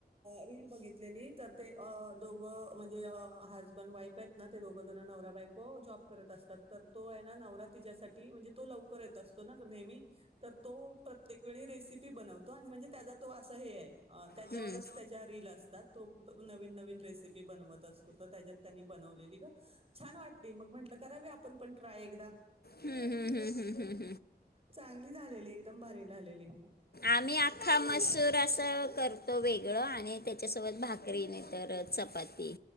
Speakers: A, on the right; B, on the left.
A: रील बघितलेली तर अ दोघं म्हणजे हाजबंड वाईफ आहेत ना ते दोघंजण नवरा बायको जॉब करत असतात. तर तो आहे ना नवरा तीच्यासाठी, म्हणजे तो लवकर येत असतो ना नेहमी तर तो प्रत्येक वेळी रेसिपी बनवतो आणि म्हणजे त्येजा तो आसा हे हाय अ त्याच्यावरच
B: हम्म,
A: तेज्या रिल असतात तो ब नवीन, नवीन रेसिपी बनवत असतो तं तेज्यात त्यांनी बनवलेली गं. छान वाटली मगं म्हंटलं करावी आपण पण ट्राय एकदा.
B: हम्म, हम्म, हम्म, हम्म हम्म
A: चांगली झालेली एकदम भारी लालेली.
B: आम्ही आख्खा मसूर असं कर तो वेगळ आणि त्याच्यासोबत भाकरी नाही तर चपाती